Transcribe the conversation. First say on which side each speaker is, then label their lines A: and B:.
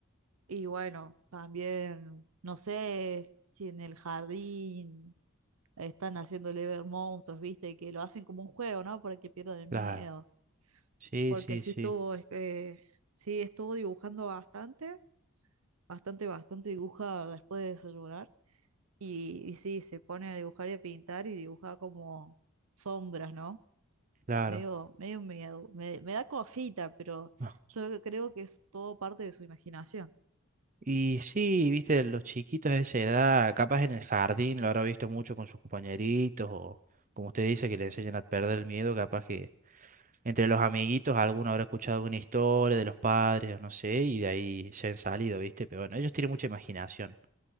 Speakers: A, on the right; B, on the right.
A: y bueno, también, no sé si en el jardín están haciéndole ver monstruos, ¿viste? Que lo hacen como un juego, ¿no? Para que pierdan el miedo.
B: Claro, sí,
A: porque
B: sí,
A: sí
B: sí,
A: estuvo, es que sí estuvo dibujando bastante, bastante, bastante dibuja después de desayunar. Y, y sí, se pone a dibujar y a pintar y dibuja como sombras, ¿no?
B: claro.
A: Medio, medio miedo. Me, me da cosita, pero
B: Ah,
A: yo creo que es todo parte de su imaginación.
B: Y sí, viste, los chiquitos de esa edad, capaz en el jardín lo habrá visto mucho con sus compañeritos o como usted dice que le enseñan a perder el miedo, capaz que Entre los amiguitos, alguno habrá escuchado una historia de los padres, no sé, y de ahí se han salido, ¿viste? Pero bueno, ellos tienen mucha imaginación.